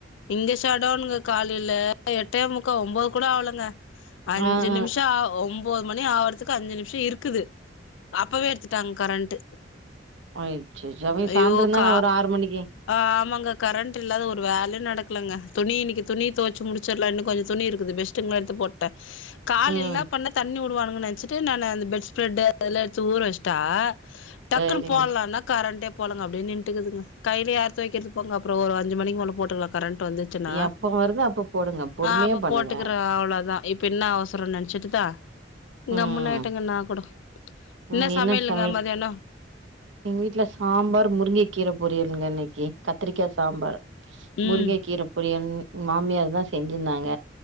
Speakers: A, on the left; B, on the right.
A: இங்கு சடௌன்ங்க காலேல எட்டே முக்கா ஒம்போது கூட ஆவ்லங்க அஞ்சு
B: ஆ ஆ
A: நிம்ஷா ஒம்போது மணி ஆவுறதுக்கு அஞ்சு நிம்ஷோ இருக்குது அப்பவே எடுத்து ட்டாங் கரண்ட்டு
B: ஒய் செரி ஜெபி
A: ஐயோ
B: சாந்ரோ தான
A: கா
B: வரு ஆறு மணிக்கி
A: ஆமாங்க கரண்ட் இல்லாத ஒரு வேலயு நடக்லங்க துணி இனக்கி துணி துவச்சி முடிச்சிர்லா இன்னு கொஞ்சோ துணி இருக்குது பெஸ் ட்டுங்கள எடுத்து போட்டே கால்
B: ம்
A: ன்னா பண்ணே தண்ணி வுட் வுடுவான்கனு நெனச்சிட்டு நானு அந்த பெட் ஸ்ப்ரெட் அதெல்லா எடுத்து ஊற வச்ட்டா டக்குன்னு
B: சரிங்க
A: போட்லானா கரண்டே போலங்க அப்டியே நின்டு இருக்குதுங்க கைலே யார் தொவெக்றது போங்க அப்றோ ஒரு அஞ்சு மணிக்கு மேல போட்டுக்கலா கரண்ட் வந்து ச்சுனா
B: எப்ப வருதோ அப்ப போடுங்க பொறுமையா
A: ஆ அப்ப
B: பண்ணுங்க
A: போட்டுக்குறே அவ்ளோதா இப் பின்னா அவசரோ நினச்சிட்டுதா
B: ம்
A: கம்முனு ஆயிட்டேங்க நா கூட இன்ன
B: ம்
A: சமையல்ங்க
B: என்ன சமையல்
A: மதியானோ
B: எங்க வீட்ல சாம்பார் முருங்க கீர பொரியல்ங்க இன்னிக் கீ கத்திரிக்கா சாம்பார்
A: ம்
B: முருங்க கீர பொரியன் மாமியார் தா செஞ்சிருந்தாங்க